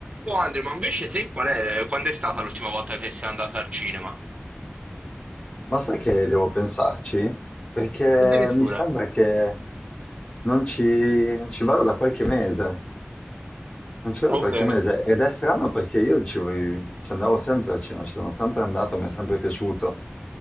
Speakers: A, on the right; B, on the left.
A: Oh Andre, ma invece te qual è, quando è stata l'ultima volta che sei andata al cinema?
B: Ma sai che devo pensarci? Perché
A: Addirittura.
B: mi sembra che non ci, non ci vado da qualche mese, non ci vado
A: Ok.
B: da qualche mese ed è strano perché io ci, voi- ci andavo sempre al cinema, ci sono sempre andato, mi è sempre piaciuto.